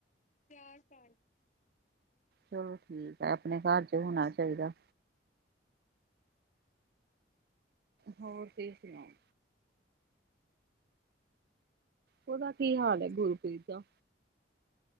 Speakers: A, on the left; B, on the right.
A: ਚਾਰ ਸਾਲ
B: ਚਲੋ ਠੀਕ ਹੈ ਆਪਣੇ ਘਰ 'ਚ ਹੋਣਾ ਚਾਹੀਦਾ। ਹੋਰ ਤੁਸੀਂ ਸੁਣਾਓ।
A: <inaudible>
B: ਉਹਦਾ ਕੀ ਹਾਲ ਹੈ ਗੁਰਪ੍ਰੀਤ ਦਾ